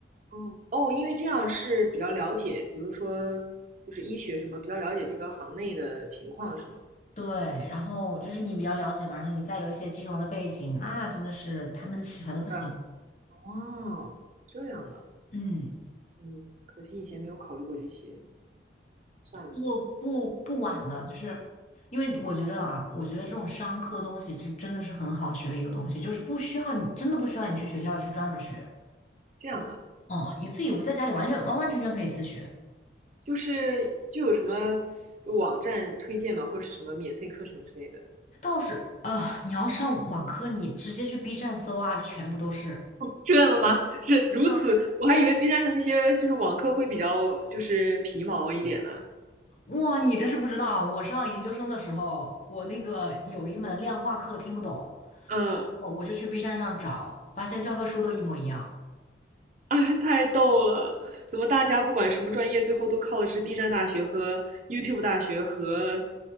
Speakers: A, on the right (about 45°); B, on the left (about 40°).
A: 哦哦，因为这样是比较了解，比如说就是医学什么，比较了解这个行内的情况是吗？
B: 对，然后就是你比较了解嘛，然后你再有一些金融的背景，那真的是他们喜欢的不行。
A: 对啊，哦，这样啊，
B: 嗯。
A: 嗯，可惜以前没有考虑过这些，算了，
B: 不不不晚的，就是因为我觉得啊，我觉得这种商科东西是真的是很好学的一个东西，就是不需要你真的不需要你去学校去专门学，
A: 这样啊，
B: 嗯，你自己在家里完全完完全全可以自学。
A: 就是就有什么网站推荐吗，或者是什么免费课程之类的？
B: 倒是啊，你要上网课，你直接去 B 站搜啊，这全部都是。
A: <laughs> 这样的吗？是如此，
B: 嗯，
A: 我还以为 B 站上那些就是网课会比较就是皮毛一点呢。
B: 哇，你这是不知道，我上研究生的时候，我那个有一门量化课听不懂，
A: 嗯
B: 我我就去 B 站上找，发现教科书都一模一样。
A: <laughs> 哎，太逗了！怎么大家不管什么专业，最后都靠的是 B 站大学和 YouTube 大学和